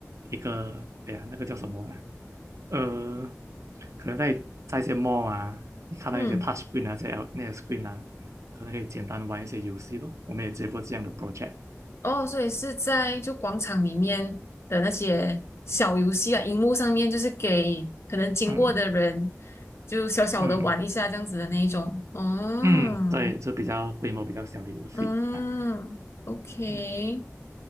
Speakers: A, on the right; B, on the left.
A: 一个，哎呀，那个叫什么呢？呃，可能在在一些 mall 啊，你看到一些
B: 嗯，
A: touch screen 啊，这些 L- 那些 screen 啊，可能可以简单的玩一些游戏咯。我们也接过这样的 project，
B: 哦，所以是在就广场里面的那些小游戏啊，荧幕上面就是给可能经过的人
A: 嗯
B: 就小小的玩一下这样子的那一种。
A: 嗯
B: 哦。
A: 嗯，对，就比较规模比较小的游戏啊，
B: 嗯，OK，
A: 嗯